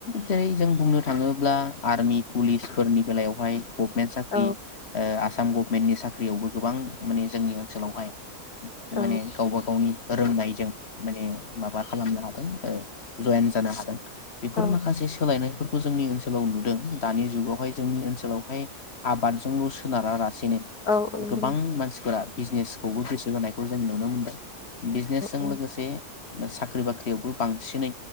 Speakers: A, on the left; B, on the left.
A: जेरै जों बुंनो थाङोब्ला आर्मि पुलिसफोरनि बेलायावहाय गभमेन साख्रि
B: औ
A: ओ आ आसाम गभमेन्टनि साख्रियावबो गोबां माने जोंनि ओनसोलावहाय
B: औ
A: माने गावबा गावनि रोंनायजों माने माबा खालामनो हादों ओ जयेन जानो हादों बेफोर
B: औ
A: माखासे सोलायनायफोर जोंनि ओनसोलाव नुदों दानि जुगावहाय जोंनि ओनसोलावहाय आबादजोंल' सोनारा रा सिनो
B: औ औ नंगौ
A: गोबां
B: नोंथां
A: मानसि फोरा बिजनेसखौबो गोसो होनायखौ जों नुनो मोनदों बिजसनेस
B: औ
A: लोगोसे साख्रि बाख्रियावबो बांसिनै